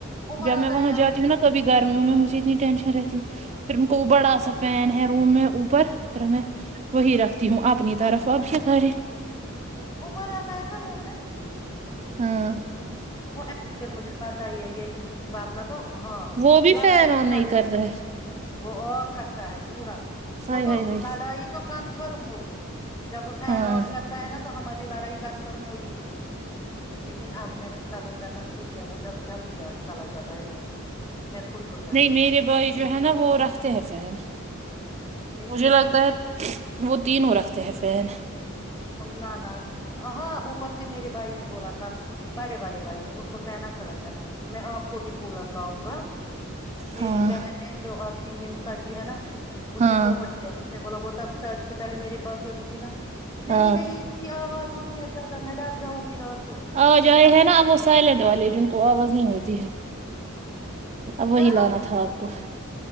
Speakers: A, on the left; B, on the right.
A: عمر
B: جب میں
A: آتا
B: وہاں
A: ہے یہاں
B: جاتی
A: پہ
B: ہوں نا کبھی گرمیوں میں مجھے اتنی ٹینشن رہتی پھر انن کو وہ با ایسا فین ہے روم میں اوپر ھر میں وہی رکھتی ہوں اپنی طرف اب سے کریں
A: عمر آتا ہے نا روم میں
B: ہاں
A: وہ پھر مجھے پتا ہی ہے یہ ورنہ تو ہاں
B: وہ بھی
A: لڑائی
B: فین آن
A: تو
B: نہیں
A: کم
B: کرتا ہے
A: وہ آف رکھتا ہے پورا
B: ہائے
A: وہ تو
B: ہائے ہائے
A: لڑائی تو کنفرم ہوگی <unintelligible> جب وہ فین
B: ہاں
A: آف کرتا ہے نا ہماری لڑائی کنفرم ہوتی ہی ہوتی تھی لیکن اب میں نے سبر کرنا سیکھ لیا وہ جب جلد ہی چلا جاتا ہے یہاں سے میں خوش ہو جاتی
B: نہیں میرے
A: ہوں
B: بھائی جو ہے نا وہ رکھتے ہیں پین
A: میرے
B: مجھے لگتا ہے وہ تین ہو اور رکھتے ہےفین <unintelligible>
A: نہ نہ ہاں اوپر سے میرے بھائی نے بولا تھا باڑے والے بھائی نے اس کو فین اچھا لگتا ہے میں آپ کو بھی کولر اؤں گا
B: ہاں
A: میری بہن ہے جو آپ منسا جی ہے نا اس
B: ہاں
A: نے پو پٹیا اس نے بولا وہ تب شادی سے پلے میرے پاس ہوتی تھی نا نہیں
B: ہاں
A: نہیں اس کی آواز ہوتی ہے زیادہ میں ڈر جؤں گی رات کو
B: آ
A: مجھے
B: ج آائے
A: اچھا
B: ہے نا
A: نہیں
B: وہ
A: لگتا
B: سائلینٹ والے جن کو آواز نہیں ہوتی
A: ہوں
B: ہے اب وہی
A: چلو
B: لانا تھا آپ کو ا <inaudible>